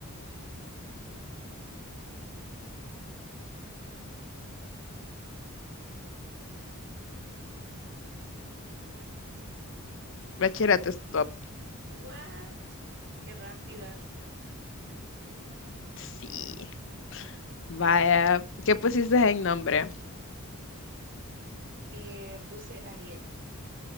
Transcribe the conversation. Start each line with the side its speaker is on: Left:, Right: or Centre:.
Left: Bachillerato, stop.
Right: What? Qué rápida.
Left: Sí. Vaya, ¿qué pusiste en nombre?
Right: Eh, puse Ariel